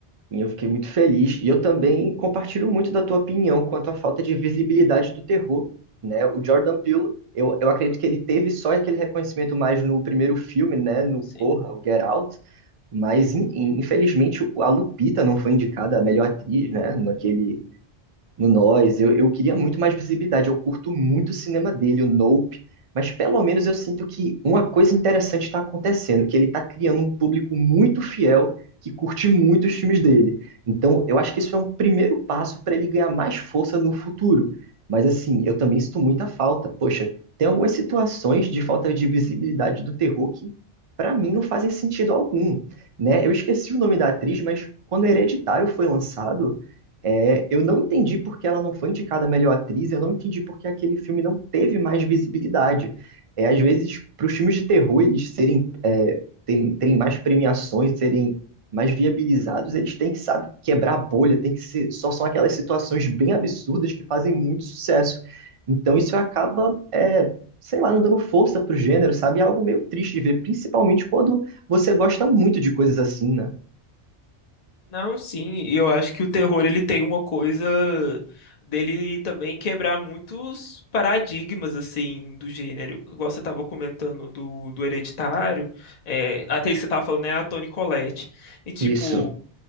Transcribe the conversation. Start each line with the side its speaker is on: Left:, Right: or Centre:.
Right: E eu fiquei muito feliz. E eu também compartilho muito da tua opinião quanto à falta de visibilidade do terror, né? O Jordan Peele, eu, eu acredito que ele teve só aquele reconhecimento mais no primeiro filme, né? No
Left: Sim.
Right: Corra, o Get Out. Mas, in- in- infelizmente, o- a Lupita não foi indicada a melhor atriz, né? Naquele no Nós. Eu, eu queria muito mais visibilidade. Eu curto muito o cinema dele, o Nope. Mas pelo menos eu sinto que uma coisa interessante está acontecendo, que ele está criando um público muito fiel que curte muito os filmes dele. Então, eu acho que isso é um primeiro passo para ele ganhar mais força no futuro. Mas assim, eu também sinto muita falta. Poxa, tem algumas situações de falta de visibilidade do terror que, para mim, não fazem sentido algum, né? Eu esqueci o nome da atriz, mas quando Hereditário foi lançado é, eu não entendi por que ela não foi indicada a melhor atriz, eu não entendi por que aquele filme não teve mais visibilidade. É, às vezes, para os filmes de terror eles serem, é, terem, terem mais premiações, serem mais viabilizados, eles têm que, sabe, quebrar a bolha, tem que ser, só são aquelas situações bem absurdas que fazem muito sucesso. Então isso acaba, é, sei lá, não dando força para o gênero, sabe? É algo meio triste de ver, principalmente quando você gosta muito de coisas assim, né?
Left: Não, sim, e eu acho que o terror ele tem uma coisa dele também quebrar muitos paradigmas assim do gênero. Igual você estava comentando do, do Hereditário, é, a atriz que você estava falando é a Toni Collette. E tipo,
Right: Isso.